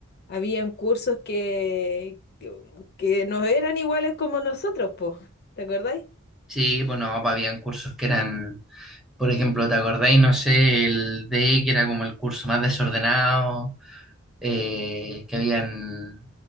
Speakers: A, on the left (about 50°); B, in the centre.
A: habían cursos que, que, que no eran iguales como nosotros, pues. ¿Te acordáis?
B: Sí, bueno, papá, habían cursos que eran, por ejemplo, ¿te acordáis? No sé, el D, que era como el curso más desordenado, eh, que habían...